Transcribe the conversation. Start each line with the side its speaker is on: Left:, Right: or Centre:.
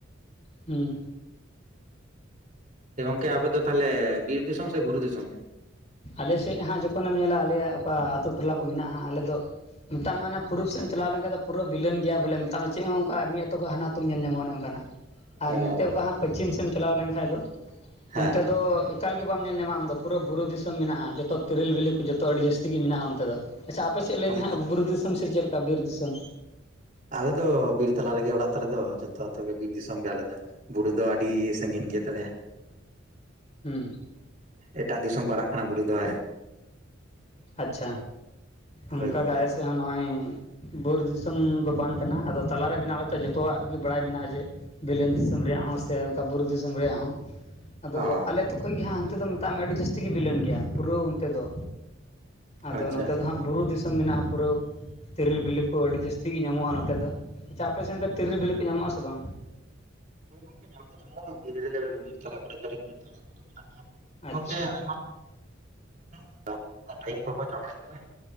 Left: ᱦᱩᱸ
Right: ᱜᱚᱝᱠᱮ ᱟᱵᱮᱱ ᱫᱚ ᱛᱟᱞᱦᱮ ᱵᱤᱨ ᱫᱤᱥᱚᱢ ᱥᱮ ᱵᱩᱨᱩ ᱫᱤᱥᱚᱢ ᱜᱮ?
Left: ᱟᱞᱮ ᱥᱮᱫ ᱦᱟᱸᱜ ᱡᱚᱠᱷᱚᱱᱮᱢ ᱧᱮᱞᱟ ᱟᱞᱮᱭᱟᱜ ᱚᱠᱟ ᱟᱛᱳ ᱴᱚᱞᱟ ᱠᱚ ᱢᱮᱱᱟᱜᱼᱟ ᱟᱞᱮ ᱫᱚ᱾ ᱢᱮᱛᱟᱜ ᱢᱮ ᱚᱱᱟ ᱯᱩᱨᱩᱵ ᱥᱮᱫ ᱮᱢ ᱪᱟᱞᱟᱣ ᱞᱮᱠᱷᱟᱡ, ᱯᱩᱨᱟᱹ ᱵᱤᱞᱟᱹᱱ ᱜᱮᱭᱟ ᱵᱚᱞᱮ᱾ ᱢᱮᱛᱟᱜ ᱢᱮ ᱪᱮᱫ ᱦᱚᱸ ᱚᱱᱠᱟ ᱢᱤᱫ ᱟᱹᱛᱩ ᱠᱷᱚᱱ ᱦᱟᱱᱟ ᱟᱩᱛᱩᱢ ᱧᱮᱞ ᱧᱟᱢᱚᱜ ᱚᱱᱮ ᱚᱱᱠᱟᱱᱟᱜ᱾ ᱟᱨ
Right: ᱚ
Left: ᱱᱚᱛᱮ ᱚᱠᱟ ᱦᱟᱸᱜ ᱯᱚᱪᱷᱤᱢ ᱥᱮᱫ ᱮᱢ ᱪᱟᱞᱟᱣ ᱞᱮᱱᱠᱷᱟᱱ ᱫᱚ
Right: ᱦᱮᱸ
Left: ᱚᱱᱛᱮ ᱫᱚ, ᱮᱠᱟᱞ ᱜᱮ ᱵᱟᱢ ᱧᱮᱞ ᱧᱟᱢᱟ ᱟᱢᱫᱚ ᱯᱩᱨᱟᱹ ᱵᱩᱨᱩ ᱫᱤᱥᱚᱢ ᱢᱮᱱᱟᱜᱼᱟ ᱡᱚᱛᱚ ᱛᱤᱨᱤᱞ ᱵᱤᱞᱤ ᱠᱚ ᱡᱚᱛᱚ ᱟᱹᱰᱤ ᱡᱟᱹᱥᱛᱤ ᱜᱮ ᱢᱮᱱᱟᱜᱼᱟ ᱚᱱᱛᱮ ᱫᱚ᱾ ᱟᱪᱪᱷᱟ ᱟᱯᱮᱥᱮᱫ ᱞᱟᱹᱭ
Right: ᱟᱪᱪᱷᱟ
Left: ᱢᱮ ᱦᱟᱸᱜ ᱵᱩᱨᱩ ᱫᱤᱥᱚᱢ ᱥᱮ ᱪᱮᱫ ᱞᱮᱠᱟ ᱵᱤᱨ ᱫᱤᱥᱚᱢ?
Right: ᱟᱞᱮ ᱫᱚ ᱵᱤᱨ ᱛᱟᱞᱟ ᱨᱮᱜᱮ ᱚᱲᱟᱜ ᱛᱟᱞᱮ ᱫᱚ ᱡᱚᱛᱚ ᱜᱮ ᱵᱤᱨ ᱫᱤᱥᱚᱢ ᱜᱮ ᱟᱞᱮ ᱫᱚ᱾ ᱵᱩᱨᱩ ᱫᱚ ᱟᱹᱰᱤ ᱥᱟᱺᱜᱤᱧ ᱜᱮ ᱛᱟᱞᱮᱭᱟ᱾
Left: ᱦᱩᱸ
Right: ᱮᱴᱟᱜ ᱫᱤᱥᱚᱢ ᱯᱟᱲᱟᱜ ᱠᱟᱱᱟ ᱵᱩᱨᱩ ᱫᱚ᱾
Left: ᱟᱪᱪᱷᱟ, ᱚᱱᱠᱟᱜᱮ
Right: ᱦᱳᱭ ᱜᱚᱝᱠᱮ
Left: ᱟᱞᱮ ᱥᱮᱫ ᱦᱚᱸ ᱱᱚᱜᱼᱚᱭ᱾ ᱵᱩᱨᱩ ᱫᱤᱥᱚᱢ ᱫᱚ ᱵᱟᱝ ᱠᱟᱱᱟ ᱟᱫᱚ ᱛᱟᱞᱟᱨᱮ ᱢᱮᱱᱟᱜ ᱞᱮᱛᱮ ᱡᱚᱛᱚᱣᱟᱜ ᱜᱮ ᱵᱟᱲᱟᱭ ᱢᱮᱱᱟᱜᱼᱟ ᱡᱮ, ᱵᱤᱞᱤᱱ ᱫᱤᱥᱚᱢ ᱨᱮᱭᱟᱜ ᱦᱚᱸ ᱥᱮ ᱚᱱᱠᱟ ᱵᱩᱨᱩ ᱫᱤᱥᱚᱢ ᱨᱮᱭᱟᱜ ᱦᱚᱸ, ᱟᱫᱚ
Right: ᱚ
Left: ᱟᱞᱮ ᱟᱹᱛᱩ ᱠᱷᱚᱡ ᱜᱮ ᱦᱟᱸᱜ ᱦᱟᱱᱛᱮ ᱫᱚ ᱢᱮᱛᱟᱜ ᱢᱮ ᱟᱹᱰᱤ ᱡᱟᱹᱥᱛᱤ ᱜᱮ ᱵᱤᱞᱚᱱ ᱜᱮᱭᱟ ᱯᱩᱨᱟᱹ ᱚᱱᱛᱮ ᱫᱚ᱾ ᱟᱫᱚ
Right: ᱟᱪᱪᱷᱟ
Left: ᱱᱚᱛᱮ
Right: ᱟᱪᱪᱷᱟ
Left: ᱫᱚ ᱦᱟᱸᱜ ᱵᱩᱨᱩ ᱫᱤᱥᱚᱢ ᱢᱮᱱᱟᱜᱼᱟ ᱯᱩᱨᱟᱹ ᱾ ᱛᱮᱨᱮᱞ ᱵᱤᱞᱤ ᱠᱚ ᱟᱹᱰᱤ ᱡᱟᱹᱥᱛᱤ ᱜᱮ ᱧᱟᱢᱚᱜᱼᱟ ᱱᱚᱛᱮ ᱫᱚ, ᱟᱪᱪᱷᱟ ᱟᱯᱮ ᱥᱮᱱ ᱫᱚ ᱛᱮᱨᱮᱞ ᱵᱤᱞᱤ ᱠᱚ ᱧᱟᱢᱚᱜ ᱟᱥᱮ ᱵᱟᱝ?
Right: ᱦᱮᱸ ᱜᱚᱝᱠᱮ ᱧᱟᱢ ᱫᱚ ᱧᱟᱢᱚᱜᱼᱟ ᱫᱷᱤᱨᱮ ᱫᱷᱤᱨᱮ ᱛᱟᱞᱟ ᱠᱚᱨᱮ ᱫᱚ ᱠᱚᱫᱚ ᱢᱮᱱᱟᱜ ᱜᱮᱭᱟ ᱜᱚᱝᱠᱮ
Left: ᱟᱪᱪᱷᱟ
Right: ᱟᱭᱢᱟ ᱾ <inaudible> ᱴᱟᱭᱤᱢ ᱠᱚᱠᱚ ᱪᱟᱵᱟᱭᱮᱫ ᱛᱟᱵᱮᱱ